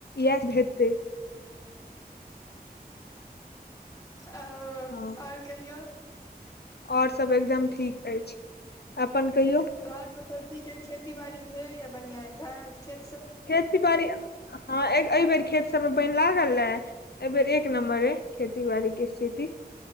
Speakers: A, on the left (about 80°); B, on the left (about 20°).
A: इएह भेतै
B: आ ओ
A: हँ
B: आओर कहियौ
A: आओर सब एकदम ठीक अछि अपन कहियौ
B: घर पर सब ठीक यै खेती बाड़ी भेल यै बढ़िया ठन खे
A: खेती बारी हँ ऐ एहि बेर खेत सबमे पनि लागलए एहि बेर एक नम्बर अई खेती बाड़ी के ईस्थिति